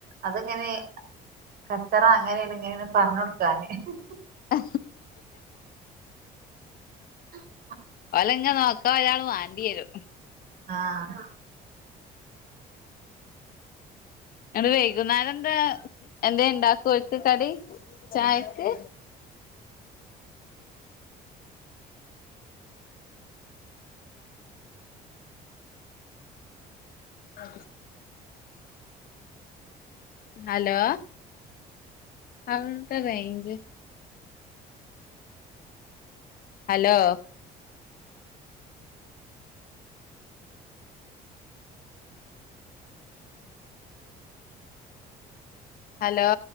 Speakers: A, on the right (about 60°); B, on the left (about 60°).
A: അത്ങ്ങനെ കച്ചറ അങ്ങനെയാണ് ഇങ്ങനെെ പറഞ്ഞ കൊടുക്കു
B: അ
A: ഉ
B: ഓലങ്ങ നോക്കാ ഒരാൾ <unintelligible> രു
A: ആഹ
B: ഇടെ വൈകുന്നാല എന്താ എന്താ ഇണ്ടാക്കും ഒക്ക് കടി ചായക്ക് അ ഹലോ അവവിടെ റേഞ്ച് ഹലോ ഹലോ